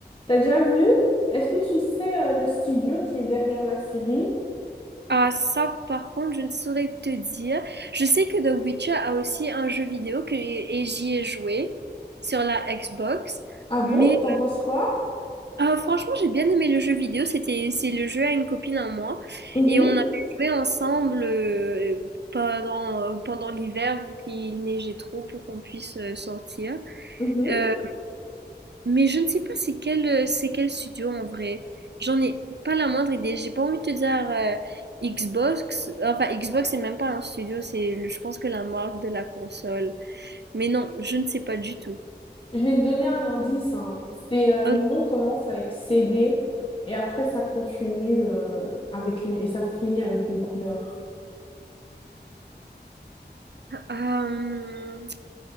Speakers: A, on the left (about 30°); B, on the right (about 75°).
A: T'as déjà vu? Est-ce que tu sais euh, le studio qui est derrière la série?
B: Ah, ça, par contre, je ne saurais te dire. Je sais que The Witcher a aussi un jeu vidéo que... et j'y ai joué sur la Xbox,
A: Ah bon?
B: mais
A: T'en penses quoi?
B: Ah, franchement, j'ai bien aimé le jeu vidéo. C'était, c'est le jeu à une copine à moi.
A: Mhm,
B: Et on avait joué ensemble euh, pendant, euh, pendant l'hiver, vu qu'il neigeait trop pour qu'on puisse euh, sortir.
A: mhm.
B: Euh, mais je ne sais pas c'est quel, euh, c'est quel studio en vrai. J'en ai pas la moindre idée. J'ai pas envie de te dire euh, Xbox. Enfin, Xbox, c'est même pas un studio. C'est, le- je pense que la marque de la console. Mais non, je ne sais pas du tout.
A: Je vais te donner un indice, hein. C'est euh,
B: Ok.
A: le nom commence avec CD et après ça continue euh, avec une, et ça finit avec une couleur.
B: Euh,